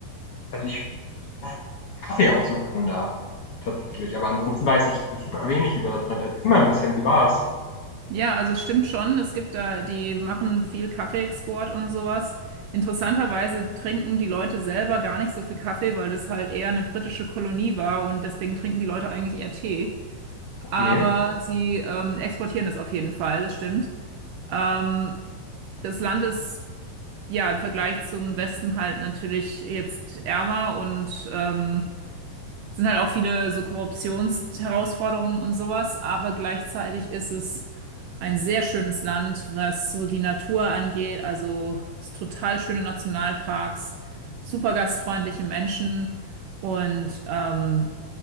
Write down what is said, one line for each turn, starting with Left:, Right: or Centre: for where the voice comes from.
Left: also ich Kaffee aus Uganda tatsächlich. Aber ansonsten weiß ich super wenig über das Land. Erzähl mal ein bisschen, wie war's?
Right: Ja, also es stimmt schon. Es gibt da, die machen viel Kaffeeexport und sowas. Interessanterweise trinken die Leute selber gar nicht so viel Kaffee, weil das halt eher eine britische Kolonie war und deswegen trinken die Leute eigentlich eher Tee.
Left: Okay,
Right: Aber sie ähm, exportieren das auf jeden Fall, das stimmt. Ähm, das Land ist ja im Vergleich zum Westen halt natürlich jetzt ärmer und ähm, sind halt auch viele so Korruptionsherausforderungen und sowas, aber gleichzeitig ist es ein sehr schönes Land, was so die Natur angeht, also es total schöne Nationalparks, super gastfreundliche Menschen und ähm,